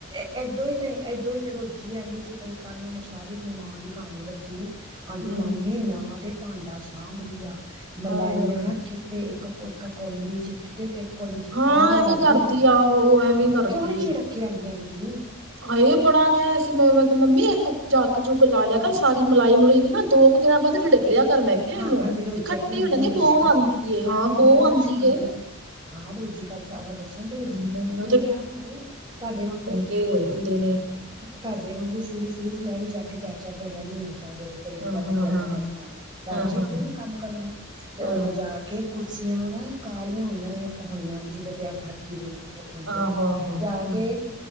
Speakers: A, on the right; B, on the right.
A: ਐ। ਇਏਦੋਂ ਤੇ ਇਏਦੋਂ ਤੇ ਰੋਜੀ ਆਉਂਦੀ ਸੀ। ਪਈ ਕੱਲ੍ਹ ਉਹਨੇ ਸਾਰੀ ਆਪਣੀ ਮਾਂ ਦੀ ਕਹਾਣੀ ਦੱਸੀ ਏ।
B: ਹੂੰ
A: ਆਉਂਦੀ ਮਾਮੀ ਨਾ ਤੇ ਭਾਂਡਾ ਸਾਂਭਦੀ ਆ।
B: ਹੋਰ
A: ਮਲਾਈਆਂ ਨਾ। ਤੇ ਇੱਕ-ਇੱਕ ਕੋਲੀ ਚ ਗਿਟਕ। ਕੋਲੀ ਚ
B: ਹਾਂ
A: ਹਵਾੜ
B: ਐਵੇਂ
A: ਆਉਂਦੀ।
B: ਕਰਦੀ ਆ ਉਹ ਐਵੇਂ ਕਰਦੀ
A: ਕਿਉਂ ਨਹੀਂ
B: ਏ
A: ਝਿੜਕ ਕੇ ਆਉਂਦੀਆਂ ਤੁਸੀਂ?
B: ਹਾਏ ਬੜਾ ਕਿਹਾ ਸੀ, ਮੰਮੀ। ਇੱਕ ਜੱਗ ਜੁੱਗ ਲਾ ਲਿਆ ਕਰ। ਸਾਰੀ ਮਲਾਈ ਮਲੁਈ। ਨਾ ਦੋ ਕੁ ਦਿਨਾਂ ਬਾਅਦ ਰਿੜਕ ਕਰ ਮੈਂ। ਕਿਹਾ
A: ਹਾਂ
B: ਇਹਨੂੰ
A: ਆਂਦੇ ਰੋਜ਼ੀ
B: ਵੀ ਖੱਟੀ
A: ਕਹਿਦੀ ਇੰਨੀ
B: ਹੋ ਜਾਂਦੀ
A: ਮੁਸ਼ਕ।
B: ਬੋ ਏ ਹਾਂ
A: ਆਂਦੀ ਇੰਨੀ
B: ਬੋ
A: ਮੁਸ਼ਕ
B: ਆਂਦੀ
A: ਆਉਂਦੀ
B: ਏ
A: ਸੀ। ਹਾਂ ਰੋਜ਼ੀ ਕੱਲ ਸਾਰਾ ਦੱਸਣ ਡਈ
B: ਹਮ
A: ਸੀ। ਮੈਂ ਤਾ ਆਮ ਆਈ ਤੁਹਾਡੇ ਵਾਂਗੂ।
B: ਇਹ ਹੋਏ ਹੁੰਦੇ ਨੇ।
A: ਤੁਹਾਡੇ ਵਾਂਗੂ ਸ਼ੁਰੂ-ਸ਼ੁਰੂ ਚ ਮੈਂ ਵੀ ਜਾ ਕੇ ਚਾਰ- ਚਾਰ ਦਿਨ ਰਹਿੰਦੀ ਹੁੰਨੀਂ ਸਾਂ। ਵੀਰਾ
B: ਹਾਂ
A: ਵੀ
B: ਹਾਂ
A: ਨੀ ਜਾਂਦਾ
B: ਹਾਂ
A: ਹੁੰਦਾ ਸੀ, ਨਾ ਰਾਜੀ
B: ਹਾਂ ਹਾਂ
A: ਹੁੰਦੇ ਸੀ ਕੰਮ ਕਰਨ ਲਈ ਤੇ ਉਦੋਂ
B: ਹਾਂ
A: ਜਾ ਕੇ। ਕੁਰਸੀਆਂ ਨਾ ਕਾਲੀਆਂ ਹੋਈਆਂ, ਹੋਈਆਂ ਹੋਣੀਆਂ। ਵੀ ਜਿਹਦੇ ਤੇ ਹੱਥ ਰੱਖੀ ਦੇ ਕੁਰਸੀਆਂ। ਅੰਦਰੇ
B: ਆਹੋ ਆਹੋ
A: ਜਾ
B: ਹਮ
A: ਕੇ